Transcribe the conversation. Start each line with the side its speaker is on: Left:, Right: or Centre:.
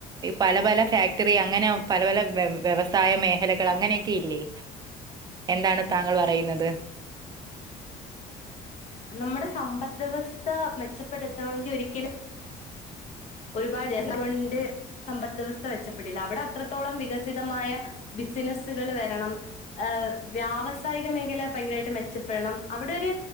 Right: പല പല ഫാ ക്റ്ററി അങ്ങനെ പല പല വ വ്യവസായ മേഖലകൾ അങ്ങനെയൊക്കെ ഇല്ലേ എന്താണ് താങ്കൾ പറയുന്നത്
Left: നമ്മുടെ സമ്പത്ത് വ്യവസ്ഥ മെച്ചപ്പെടുത്തണമെങ്കി ഒരിക്കലും ഒരുപാട് ജന സംഖ്യ കൊണ്ട് സമ്പത് വ്യവസ്ഥ മെച്ചപ്പെടില്ല അവിടെ അത്രത്തോളം വികസിതമായ ബിസിനസുകൾ വരണം ഏഹ് വ്യാവസായിക മേഖല ഭയങ്കരമായിട്ട് മെച്ചപ്പെടണം അവിടെരു